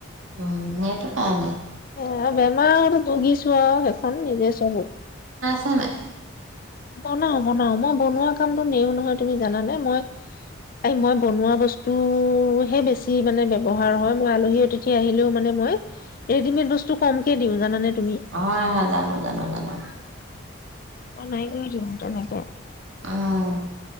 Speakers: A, on the right; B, on the left.
A: উম সেইটো কাৰণে
B: অ', বেমাৰত ভুগিছ চোৱা সেইখন নিজে চবুত।
A: হয়নে?
B: ব ন বনাও মই বনোৱা কামতো নেৰো নহয় তুমি জানানে, মই এই মই বনোৱা বস টোহে বেছি মানে ব্যৱহাৰ হয়। মই আলহী অতিত সি আহিলেও মানে মই, ৰেডিমেড বস্তু কমকে দিও জানানে। তুমি।
A: হয় হয়, জানো জানো জানো।
B: নাই গৈ ম ত নাইকে
A: অ'।